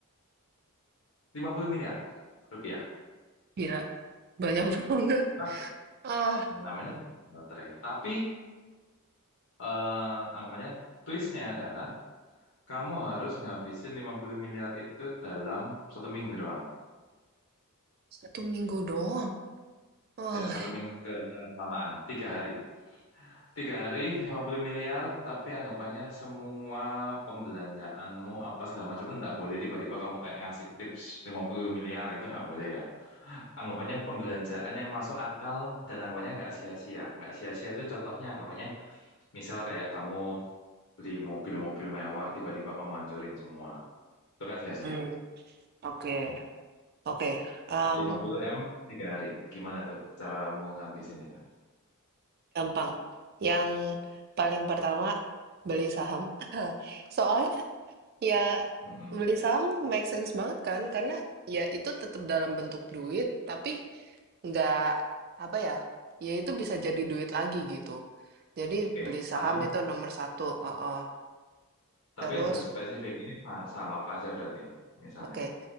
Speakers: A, on the left (about 70°); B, on the right (about 45°).
A: lima puluh miliar rupiah.
B: gila. Banyak <laughs> banget.
A: Nah,
B: Ah,
A: namanya lotre. Tapi, eh, anggapannya twistnya adalah kamu harus ngabisin 50 miliar itu dalam satu minggu doang.
B: satu minggu doang. Wah.
A: Se- Satu minggu kelamaan, tiga hari. Tiga hari, 50 miliar, tapi anggapannya semua pembelanjaanmu apa segala macam itu nggak boleh tiba-tiba kamu kayak ngasih tips 50 miliar gitu nggak boleh ya. Anggapannya pembelanjaan yang masuk akal dan anggapannya nggak sia-sia. Nggak sia-sia itu contohnya anggapannya misal kayak kamu beli mobil-mobil mewah tiba-tiba kamu hancurin semua. Itu kan sia-sia.
B: Hmm, oke, oke. Em,
A: Lima puluh m tiga hari. Gimana tuh caramu ngabisin itu?
B: gampang. Yang paling pertama beli saham. <laughs> Soalnya ya
A: Mm-mm.
B: beli saham make sense banget kan, karena ya itu tetap dalam bentuk duit, tapi nggak apa ya, ya itu bisa jadi duit lagi gitu. Jadi
A: Oke,
B: beli saham
A: Saham.
B: itu nomor satu. uh-uh.
A: Tapi
B: Terus
A: harus spesifik. Ini sah- saham apa aja berarti misalnya.
B: Oke,